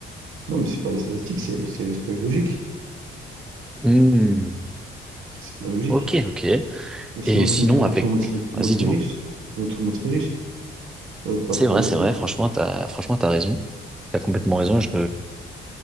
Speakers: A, on the right (about 80°); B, in the centre.
A: non, mais c'est pas les statistiques, c'est, c'est juste logique.
B: Hmm,
A: C'est de la logique.
B: Ok, ok.
A: Mais sinon,
B: Et sinon,
A: sinon tout,
B: avec,
A: tout le monde serait, tout
B: vas-y,
A: le monde serait
B: dis-moi.
A: riche. Sinon, tout le monde serait riche. Euh, pas
B: C'est
A: de pauvreté.
B: vrai, c'est vrai. Franchement, t'as, franchement, t'as raison. T'as complètement raison. Je,